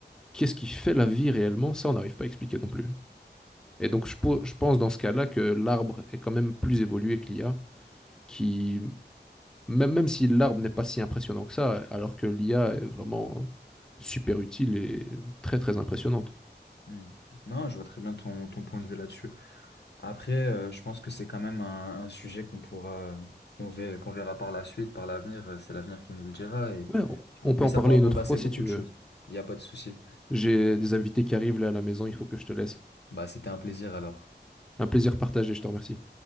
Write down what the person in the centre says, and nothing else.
qu'est-ce qui fait la vie réellement, ça, on n'arrive pas à expliquer non plus. Et donc, je, je pense dans ce cas-là que l'arbre est quand même plus évolué que l'I a, qui, même, même si l'arbre n'est pas si impressionnant que ça, alors que l'IA est vraiment super utile et très, très impressionnante.
Ouais, on, on peut
en
parler
une
autre fois si
tu
veux.
J'ai des invités qui arrivent là à la maison, il faut que je te laisse.
Un plaisir partagé, je te remercie.